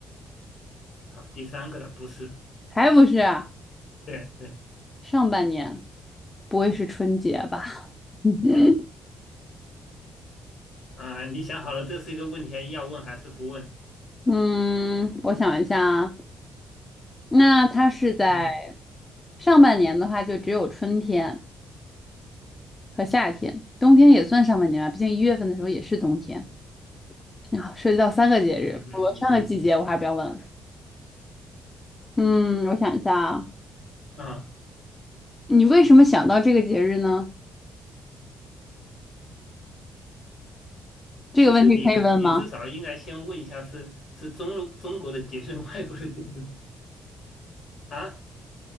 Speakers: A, on the left (about 60°); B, on the left (about 20°).
A: 好，第三个了，不是，
B: 还不是啊
A: 对对
B: 上半年，不会是春节吧？<laughs>
A: 对啊，你想好了，这是一个问题要问还是不问？
B: 嗯，我想一下啊，那它是在
A: 嗯
B: 上半年的话，就只有春天和夏天，冬天也算上半年吧，毕竟一月份的时候也是冬天啊，涉及到三个节日。
A: 嗯嗯
B: 我上个季节我还不要问了。嗯，我想一下啊，
A: 嗯啊。
B: 你为什么想到这个节日呢？这个问题可以问吗？
A: 其实你可你至少应该先问一下是是中中国的结日，<laughs> 外国的结日啊？